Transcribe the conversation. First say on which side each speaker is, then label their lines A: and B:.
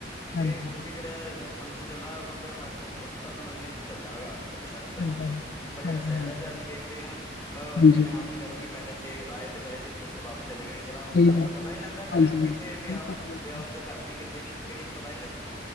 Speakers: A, on the left; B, on the left.
A: ਤੇ
B: ਹਾਂਜੀ
A: ਹੁਣ ਵੀ ਜਿਹੜਾ ਫੰਕਸ਼ਨ ਚੱਲਦਾ ਉਹ ਕ ਹ ਹਫ਼ਤਾ ਪੰਦਰਾਂ ਦਿਨ ਚੱਲਦਾ ਹੈਗਾ ਸ਼ਾਦੀ ਦਾ
B: ਚੱਲਦਾ
A: ਫੰਕਸ਼ਨ
B: ਹੈ
A: ਵੀ ਪਰ ਜਿਹੜਾ
B: ਹਾਂਜੀ
A: ਸ਼ਹਿਰਾਂ
B: ਹਾਂਜੀ
A: ਚ ਅਸੀਂ ਵੇਖਦੇ ਹਾਂਹ
B: ਹਾਂਜੀ
A: ਜਿਵੇਂ ਆਪ ਜੀ ਕਰੋ ਕਿ ਪਹਿਲੇ ਸੇ ਆਏ ਤੇ ਪਹਿਲੇੇ ਮੁੜ ਕੇ ਵਾਪਸ ਚਲੇਗਾ ਇਸ ਤਰ੍ਹਾਂ
B: ਸਹੀ
A: ਹੁੰਦਾ ਹੈਗਾ
B: ਗੱਲ
A: ਪਰ ਪਤਾ ਨ ਨਹੀ ਲੱਗਦਾ
B: ਹਾਂਜੀ
A: ਕਿੱਥੇ
B: ਹਾਂਜੀ
A: ਵਿਆ
B: ਨਹੀਂ
A: ਵਿਆਹ
B: ਪਤਾ ਲੱਗਦਾ
A: ਵਾਲਿਆਂ ਦਾ ਘਰ ਸੀ ਕਿੱਥੇ ਨ ਕਈਆਂ ਨੂੰ ਪਤਾ ਨ ਨਹੀਂ ਲੱਗਦਾ